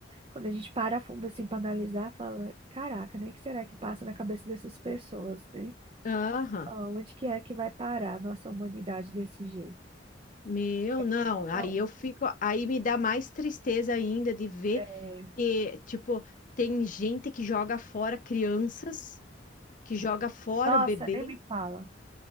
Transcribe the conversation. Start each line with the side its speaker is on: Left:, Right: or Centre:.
Right: quando a gente para a fundo, assim, pra analisar, fala: caraca, né? O que será que passa na cabeça dessas pessoas, né?
Left: aham,
Right: Ah, Onde que é que vai parar a nossa humanidade desse jeito?
Left: meu,
Right: É,
Left: não,
Right: cada
Left: aí
Right: um.
Left: eu fico, aí me dá mais tristeza ainda de ver
Right: É...
Left: E, tipo, tem gente que joga fora crianças, que joga fora
Right: Nossa,
Left: o bebê,
Right: nem me fala.